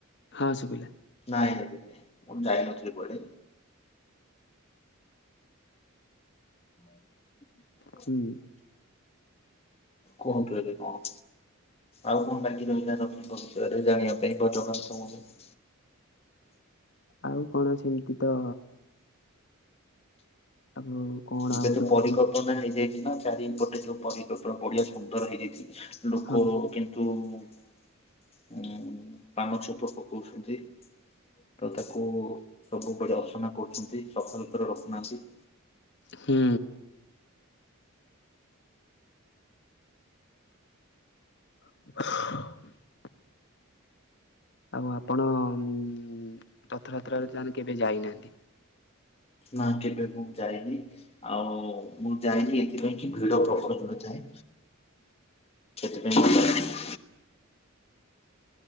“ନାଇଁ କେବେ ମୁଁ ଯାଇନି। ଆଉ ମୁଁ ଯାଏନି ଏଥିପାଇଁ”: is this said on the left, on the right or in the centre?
Left